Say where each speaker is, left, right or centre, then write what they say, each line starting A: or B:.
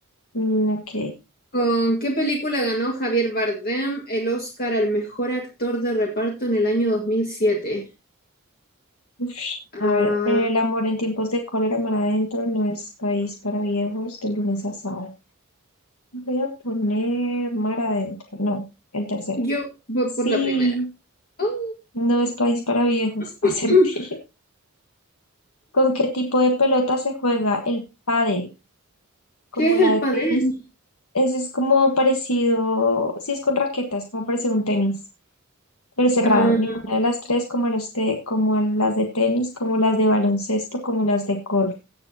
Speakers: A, on the left; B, on the left.
A: Mm, ok.
B: ¿Con qué película ganó Javier Bardem el Oscar al mejor actor de reparto en el año 2007?
A: Uf,
B: Ah,
A: A ver, el amor en tiempos de cólera, mar adentro, no es país para viejos de lunes a sábado. Voy a poner mar adentro, no, el tercero.
B: yo voy
A: Sí,
B: por la primera. Oh,
A: no es país para viejos, <laughs> acerté.
B: <clears throat>
A: ¿Con qué tipo de pelota se juega el pádel? Como
B: ¿qué es
A: la
B: el
A: de
B: padel?
A: tenis. Ese es como parecido, sí es con raquetas, como parecido a un tenis, pero cerrado.
B: Ah,
A: Ninguna de las tres, como los te- como las de tenis, como las de baloncesto, como las de cólera.